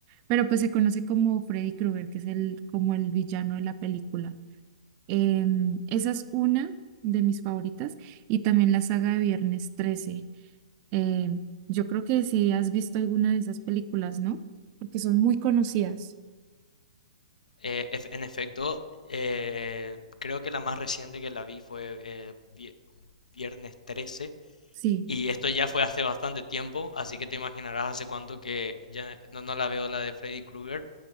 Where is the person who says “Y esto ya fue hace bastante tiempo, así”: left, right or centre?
Left